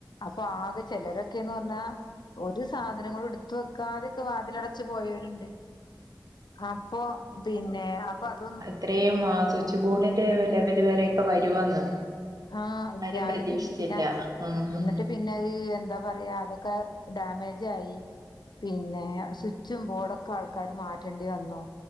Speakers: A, on the left (about 75°); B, on the right (about 55°).
A: അപ്പൊ ആകെ ചെലാെരൊക്കേന്ന് പർഞ്ഞാ ഒര് സാധനങ്ങളും ട്ത്ത് വെക്കാതൊക്കെ വാതിലടച്ച് പോയൊര്ണ്ട് ആപ്പൊ പിന്നെ അപ്പം അതും
B: ത്രേയും ആഹ് സുച്ച് ബോഡിന്റെ ലെവെല് വരെയെക്കെ വരുവെന്ന്
A: ആഹ് എല്ലാരും
B: ആരും പ്രതീക്ഷിച്ചില്ല
A: ചിന്തിച്ച്ലാ
B: ഉം
A: എന്നിട്ട്
B: ഉം
A: പിന്നെ അത് എന്താ പറയാ ഇതൊക്കെ ഡാമേജായി പിന്നേ സുച്ചും ബോഡൊക്കെ ആൾക്കാര് മാറ്റെണ്ടി വന്നു